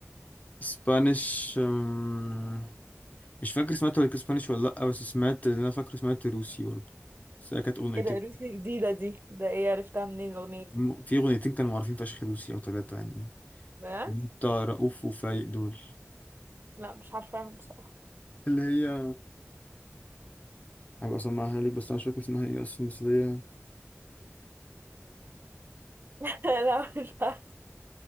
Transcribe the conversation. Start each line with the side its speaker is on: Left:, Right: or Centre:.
Left: اسبانيش أم، مش فاكر سمعت ولا اسبانيش ولا لا بس سمعت اللي انا فاكر سمعت روسي برضه بس هي كانت اغنيتين
Right: ايه ده روسي جديدة دي ده ايه عرفتها منين الاغنية دي
Left: م- في اغنيتين كانوا معروفين فشخ روسي او ثلاثه يعني
Right: بجد
Left: بتاع رؤوف وفايق دول
Right: لا مش عارفاهم بصراحة
Left: اللي هي هبقى اسمعها لك بس انا مش فاكر اسمها ايه اصلا بس اللي هي
Right: <laughs> لا مش عارفة